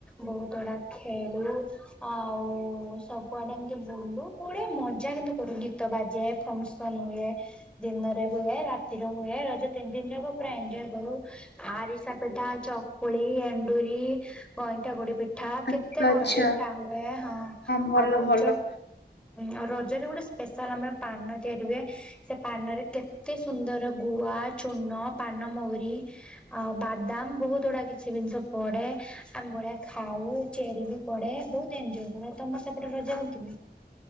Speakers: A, in the centre; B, on the left (about 80°).
A: ବହୁତ୍ ଗୁଡା ଖେଳୁ ଆଉ କୁଆଡେ ଏମିତି ବୁଲୁ ବଢିଆ ମଜା କିନ୍ତୁ କରୁ। ଗୀତ ବାଜେ ଫଙ୍କ୍ ସନ୍ ହୁଏ ଦିନରେ ହୁଏ ରା ସ୍ଥିର ହୁଏ ରଜ ତିନି ଦିନ ଯାକ ପୁରା ଏଞୟ କରୁ ଆରିସା ପିଠା, ଚକୁଳି, ଏଣ୍ଡୁରି, ଗଇଁଠା ଗୁଡି ପିଠ୍ ପିଠା କେତେ
B: ଆଚ୍ଛା ଆଚ୍ଛା
A: କଣ ପିଠା ହୁଏ, ହଁ।
B: ଭଲ
A: ଆଉ ରଜ
B: ଭଲ।
A: ଆଉ ରଜରେ ଗୋଟେ ସ୍ପେଶାଲ୍ ଆମର ପାନ ତିଆରି ହୁଏ ସେ ପାନରେ କେତେ ସୁନ୍ଦର ଗୁଆ, ଚୂନ, ପାନମହୁରି। ଆଉ ବାଦାମ୍ ବହୁତ୍ ଗୁଡା କିଛି ସେ ଜିନିଷ ପଡେ ଆମ୍ବଭଳିଆ ଖାଉ ଚେରି ବି ପଡେ ବହୁତ୍ ଏଞୟ କରୁତମେ ତ ସେଟା ରାଜା ହୁଅନ୍ତି ନି।